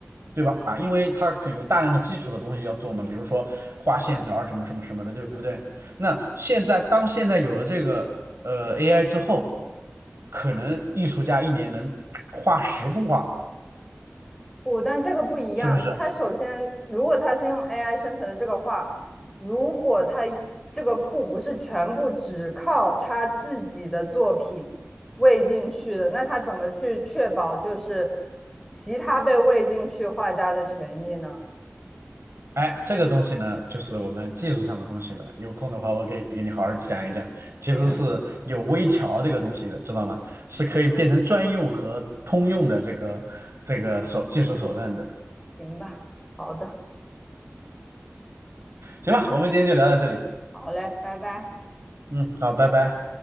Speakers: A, on the right; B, in the centre.
A: 对吧？因为它可有大量的基础的东西要做嘛，比如说画线条儿什么什么什么的，对不对？那现在当现在有了这个呃 AI 之后，可能艺术家一年能画十幅画，
B: 不，但这个不一样。
A: 是不是？
B: 它首先，如果它是用 AI 生成的这个话，如果它这个库不是全部只靠他自己的作品喂进去的，那他怎么去确保就是其他被喂进去画家的权益呢？
A: 哎，这个东西呢，就是我们技术上的东西了。有空的话，我可以给你好好讲一讲，其实是有微调这个东西的，
B: 行，
A: 知道吗？是可以变成专用和通用的这个这个手技术手段的。
B: <laughs> 行了，行吧，好的，
A: 行吧，我们今天就聊到这里。
B: 好嘞，拜拜。
A: 嗯，好，拜拜。